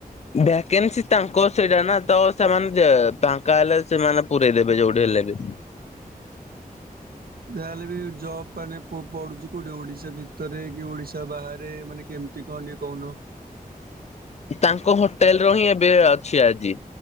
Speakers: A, on the left; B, on the right.
A: ଭ୍ୟାକେନ୍ସି ତାଙ୍କର ସେଇଟା ନା ତ ସେମାନେ ଫାଙ୍କା ହେଲେ ସେମାନେ ପୁରେଇ ଦେବେ ଯୋଉଠି ହେଲେ। <unintelligible>
B: ଯାହାହେଲେ ବି ଜବ୍ ମାନେ ପୁଅ ପଡୁଛି କୋଉଠି ଓଡିଶା ଭିତରେ କି ଓଡିଶା ବାହାରେ ମାନେ କେମତି କଣ ଟିକେ କହୁନ। <inaudible>
A: ତାଙ୍କ ହୋଟେଲର ହିଁ ଏବେ ଅଛି ଆଜି